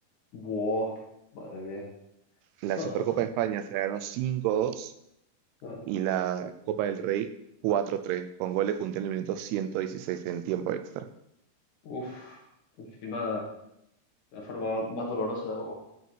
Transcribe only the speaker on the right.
La Supercopa de España se la ganó 5-2
y la Copa del Rey cuatro tres con gol de Kunté en el minuto 116 en tiempo extra.